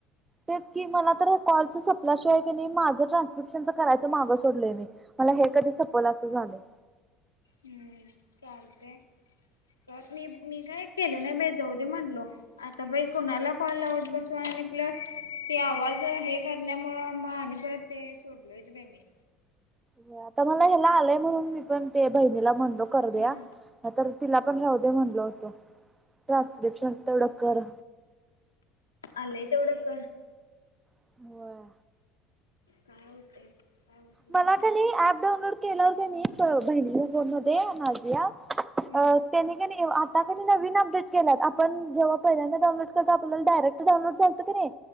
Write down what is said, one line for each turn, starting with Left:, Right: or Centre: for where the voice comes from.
Right: तेच की मला तर कॉलच सपल्याशिवाय क नाय माझं ट्रान्स्क्रिप्शनच करायच माग सोडलय मी मला हे कधी सपवलं असं झालेय.
Left: हम्म चालते कर मी मी काय केलो नाय बय जाऊदे म्हंटलो आता बाई कोणाला कॉल लावत बसू आणि प्लस ते आवाज हे कर मुळ म आणि परत ते सोडलोयच बय मी
Right: हो आता मला ह्याला आलंय म्हणून मी पण ते बहिणीला म्हणलो कर उदया
Left: हम्म
Right: नाय तर तिला पण राहु दे म्हणल होतं ट्रान्स्क्रिप्शनचं तेवढं कर
Left: आलय तेवढ कर
Right: होय.
Left: काय होतंय. होत
Right: मला
Left: त्याला
Right: का नाही ऍप डाऊनलोड केल्यावर कनय त बहिणीच्या फोन मध्ये माझीया
Left: हम्म
Right: अ त्यानी कनय ये आप आता का नाही नवीन अपडेट केला आपण जेव्हा पहिल्यांदा डाऊनलोड करता आपल्याला डायरेक्ट डाउनोडचं आलत की नाही.